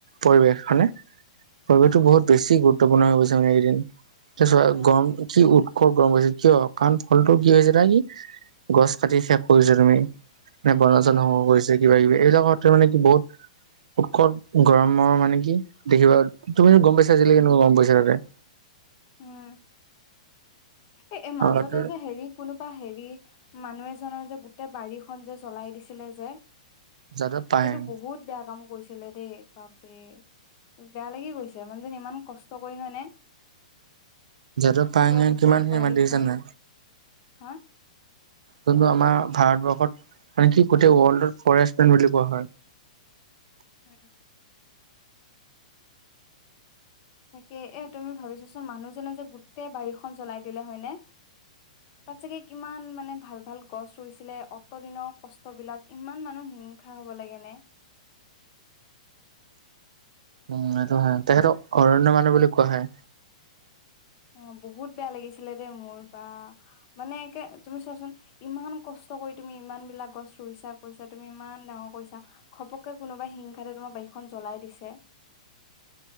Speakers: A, on the right; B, on the left.
A: পৰিৱেশ হয়নে? পৰিৱেশটো
B: উম
A: বহুত বেছি গুৰুত্বপূৰ্ণ হৈ গৈছে মানে এইকেইদিন। এতিয়া চোৱা
B: উম
A: গৰম কি উৎস গৰম বেছি হৈছে কিয়? কাৰণ ফলটোত যে কি হৈছে এইয়াত আহি গছ কাটিছে শেষ কৰিছা তুমি। নে বনাঞ্চল
B: উম
A: ধ্বংস কৰিছে কিবা কিবি এইবিলাকত মানে কি বহুত উৎকট গৰমৰ মানে কি? দেখিবা তুমি গম পাইছা আজিলৈ কেনেকুৱা কম পইছা নাযায়।
B: উম। এ মাজতে
A: আগতে
B: যে হেৰিত কোনোবা হেৰি, মানুহ এজনৰ যে গোটেই বাৰীখন যে জ্বলাই দিছিলে যে
A: যাদৱ পায়েং
B: সেইটো বহুত বেয়া কাম কৰিছিলে দেই, বাপৰে। বেয়া লাগি গৈছে মানুহ জনে ইমান কষ্ট কৰি মানে
A: যিহেতু ফাইন
B: গোটেই
A: কিমান খিনি
B: বাৰীখন
A: মাটি দেখিছান নাই।
B: হা
A: যোনটো আমাৰ ভাৰতবৰ্ষত মানে কি গোটেই ৱৰ্ল্ডত ফৰেষ্ট মেন বুলি কোৱা হয়।
B: হুম তাকে, এ তুমি ভাবি ছোৱাচোন মানুহজনৰ যে গোটেই বাৰীখন জ্বলাই দিলে হয়নে? তাত চাগে কিমান মানে ভাল ভাল গছ ৰুইছিলে, অতদিনৰ কষ্টবিলাক ইমান মানুহ হিংসা হ'ব লাগেনে।
A: উম' এইটো হয়। তেখেতক অৰণ্য মানুহ বুলি কোৱা হয়।
B: উম, বহুত বেয়া লাগিছিলে দে মোৰ বা মানে একে তুমি চোৱাচোন। ইমান কষ্ট কৰি তুমি ইমান বিলাক গছ ৰুইছা কৰিছা, তুমি ইমান ডাঙৰ কৰিছা। ঘপককে কোনোবাই হিংসাতে তোমাৰ বাৰীখন জ্বলাই দিছে।